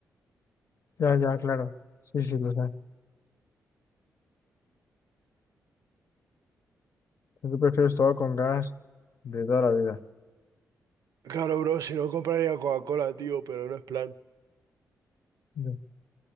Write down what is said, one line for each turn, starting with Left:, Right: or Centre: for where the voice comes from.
Left: Ya, ya, claro. Sí, sí, lo sé. Yo prefiero todo con gas de toda la vida.
Right: Claro, bro, si no compraría Coca-Cola, tío, pero no es plan.
Left: Yo,